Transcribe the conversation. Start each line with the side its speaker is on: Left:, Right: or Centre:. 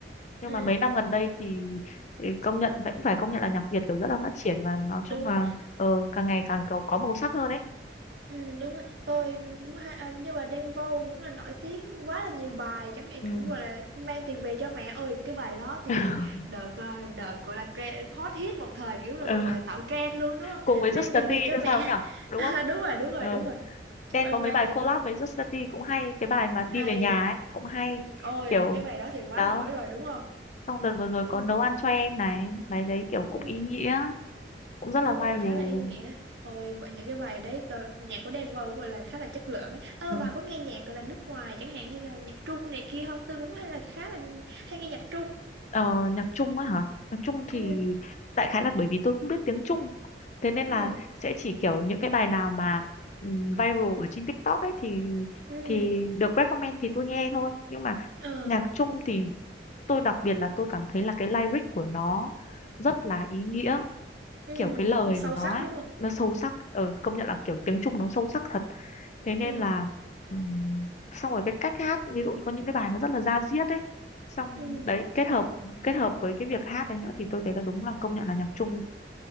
Left: nhưng
Right: ừ,
Left: mà mấy năm gần đây thì ừ, công nhận vẫn phải công nhận là nhạc Việt kiểu rất là phát triển và nói
Right: đúng
Left: chung là
Right: rồi
Left: ờ, càng ngày càng kiểu có màu sắc hơn ấy
Right: Ừ, đúng rồi tôi cũng hay, à, nhưng mà Đen Vâu cũng là nổi tiếng quá là nhiều bài chẳng hạn
Left: Ừ.
Right: cũng gọi là mang tiền về cho mẹ ơi cái bài đó thì
Left: <laughs>
Right: đợt ờ, đợt gọi là trend hot hit một thời kiểu là
Left: Ờ,
Right: gọi là tạo trend luôn đúng không
Left: cùng với Just
Right: mang tiền
Left: the Tea
Right: về cho
Left: nữa
Right: mẹ
Left: sao nhỉ
Right: <laughs>
Left: đúng
Right: à,
Left: không
Right: đúng rồi đúng rồi
Left: ờ,
Right: đúng rồi
Left: Đen
Right: ôi
Left: có
Right: mang
Left: mấy bài
Right: tiền
Left: collab với Just the Tea cũng hay cái bài mà
Right: hay
Left: đi về nhà ấy cũng hay
Right: Ừ, ôi
Left: kiểu
Right: mấy bài đó thì quá
Left: đó
Right: nổi rồi đúng không
Left: xong đợt vừa rồi có
Right: ừ.
Left: nấu ăn cho em này bài đấy kiểu
Right: Ừ.
Left: cũng ý nghĩa cũng rất
Right: đúng
Left: là viral
Right: rồi khá là ý nghĩa ôi bởi những cái bài đấy đồ, nhạc của Đen Vâu cũng gọi là khá là chất lượng ấy ơ
Left: ừ.
Right: bà có nghe nhạc gọi là nước ngoài chẳng hạn như là nhạc Trung này kia không tôi cũng hay là khá là hay nghe nhạc Trung
Left: Ờ, nhạc Trung á hả? Nhạc Trung thì
Right: ừ
Left: đại khái là bởi vì tôi không biết tiếng Trung. Thế nên là
Right: ừ
Left: sẽ chỉ kiểu những cái bài nào mà ừm, viral ở trên TikTok ấy thì
Right: ừ
Left: thì được recommend thì tôi nghe thôi. Nhưng mà
Right: ờ
Left: nhạc Trung thì tôi đặc biệt là tôi cảm thấy là cái lyric của nó rất là ý nghĩa,
Right: ừ
Left: kiểu cái lời
Right: sâu
Left: của nó
Right: sắc
Left: ấy
Right: đúng không
Left: nó sâu sắc ờ, công nhận là kiểu tiếng Trung nó sâu sắc thật thế nên
Right: ừ
Left: là ừm, xong rồi cái cách hát ví dụ như có những cái bài nó rất là da diết ấy xong
Right: ừ
Left: đấy kết hợp kết hợp với cái việc hát đấy nữa thì tôi thấy là đúng là công nhận là nhạc Trung